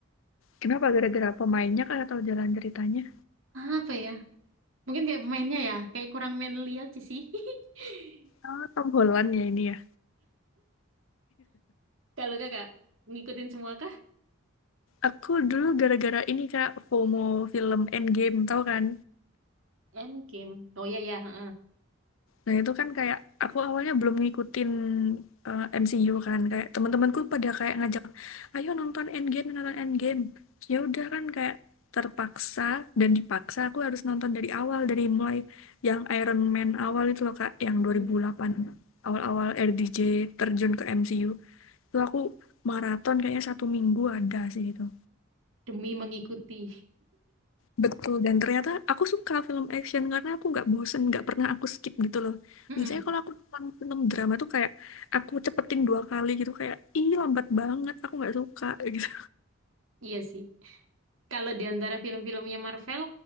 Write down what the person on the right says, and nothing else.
Apa ya? Mungkin kayak pemainnya ya, kayak kurang manly aja sih. <laughs>
Kalau kakak ngikutin semua kah?
Endgame. Oh iya ya, heeh.
Heeh.
Demi mengikuti.
<laughs> Heeh.
Iya sih. Kalau di antara film-filmnya Marvel,